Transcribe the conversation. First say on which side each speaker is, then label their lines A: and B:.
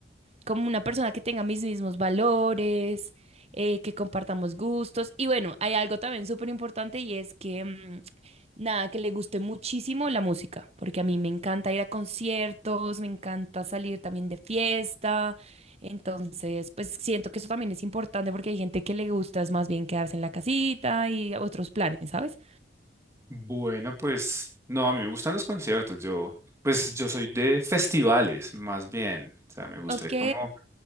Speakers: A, on the right (about 35°); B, on the right (about 15°).
A: como una persona que tenga mis mismos valores, eh, que compartamos gustos. Y bueno, hay algo también súper importante y es que, mm, nada, que le guste muchísimo la música, porque a mí me encanta ir a conciertos, me encanta salir también de fiesta. Entonces, pues siento que eso también es importante porque hay gente que le gusta es más bien quedarse en la casita y otros planes, ¿sabes?
B: Bueno, pues no, a mí me gustan los conciertos. Yo, pues yo soy de festivales, más bien. O sea, me gusta
A: Ok,
B: ir como